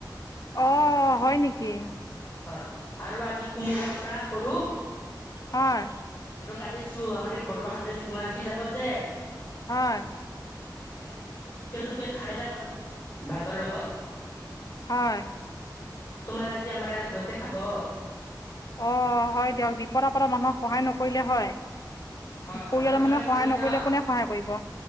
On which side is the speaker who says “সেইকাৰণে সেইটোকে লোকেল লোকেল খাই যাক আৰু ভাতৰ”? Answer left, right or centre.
Left